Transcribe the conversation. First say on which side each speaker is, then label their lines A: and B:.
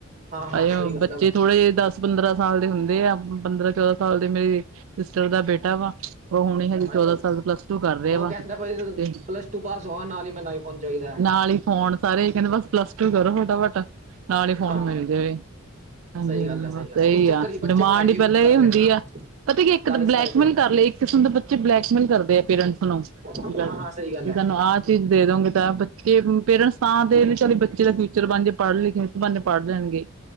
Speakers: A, on the right (about 35°); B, on the right (about 65°).
A: ਹਾਂ ਹਾਂ
B: ਅਜੇ
A: ਸਹੀ ਗੱਲ
B: ਬੱਚੇ
A: ਹੈ ਬਸ
B: ਥੋੜੇ ਜੇ ਦਸ ਪੰਦਰਾਂ ਸਾਲ ਦੇ ਹੁੰਦੇ ਆ, ਪੰਦਰਾਂ-ਚੌਦਾਂ ਸਾਲ ਦੇ ਮੇਰੀ ਸਿਸਟਰ ਦਾ ਬੇਟਾ ਵਾ ੳ ਹੁਨ ਹਲੇ
A: ਹਾਂਜੀ
B: ਸਾਲ ਪਲੱਸ ਟੂ ਕਰ ਰੇਆ
A: ਉਹ
B: ਵਾ
A: ਕਹਿੰਦਾ
B: ਤੇ,
A: ਬਾਈ ਪਲੱਸ ਟੂ ਪਾਸ ਹੋਣ ਨਾਲ ਹੀ ਮੈਨੂੰ ਆਈਫੋਨ ਚਾਹੀਦਾ
B: ਨਾਲ ਈ ਹੁਣ ਸਾਰੇ ਏਹੀ ਕਹੰਦੇ ਬਸ ਪਲੱਸ ਟੂ ਕਰੋ ਫਟਾਫਟ, ਨਾਲ ਈ ਫੋਨ
A: ਹਾਂ
B: ਮਿਲ ਜਾਵੇ। ਹਾਂਜੀ-ਹਾਂਜੀ
A: ਸਹੀ ਗੱਲ ਹੈ
B: ਬਸ
A: ਸਹੀ ਗੱਲ ਹੈ
B: ਏਹੀ
A: ਉਸ ਚੱਕਰ
B: ਆ,
A: ਚ ਬੱਚੇ
B: ਡਿਮਾਂਡ
A: ਪੜ੍ਹਾਈ ਵੀ
B: ਈ ਪੈਲਾਂ
A: ਕਰ
B: ਐਈ ਹੁੰਦੀ
A: ਰਹੇ ਨਾ
B: ਆ, ਪਤਾ ਕੀ ਇੱਕ
A: ਲਾਲਚ
B: ਤਾਂ ਬਲੈਕ
A: ਕਰਕੇ
B: ਕਰ ਲਏ ਇੱਕ ਕਿਸਮ ਦੇ ਬੱਚੇ ਬਲੈਕਮੇਲ ਕਰਦੇ ਆ ਪੇਰੈਂਟਸ ਨੂੰ। ਠੀਕ
A: ਹਾਂ
B: ਐ।
A: ਹਾਂ ਸਹੀ ਗੱਲ
B: ਵੀ
A: ਹੈ
B: ਸਾਨੂੰ ਆਹ ਚੀਜ਼ ਦੇ ਦੋਂਗੇ ਤਾਂ ਬੱਚੇ ਪੇਰੈਂਟਸ ਤਾਂ ਦੇ ਬੱਚੇ ਦਾ ਫਿਊਚਰ ਬਨ ਜੇ ਪੜ-ਲਿਖ ਬਨ ਪਢ਼ ਲੈਣਗੇ।